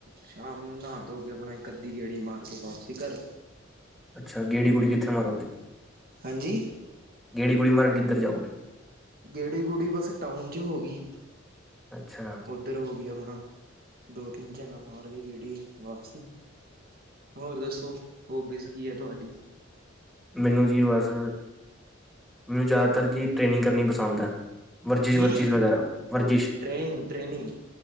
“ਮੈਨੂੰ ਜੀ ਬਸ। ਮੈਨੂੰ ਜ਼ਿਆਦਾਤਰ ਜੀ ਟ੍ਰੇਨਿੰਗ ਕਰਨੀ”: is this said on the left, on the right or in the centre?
Centre